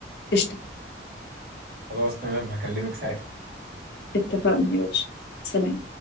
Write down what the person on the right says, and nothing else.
خلاص تمام هكلمك ساعتها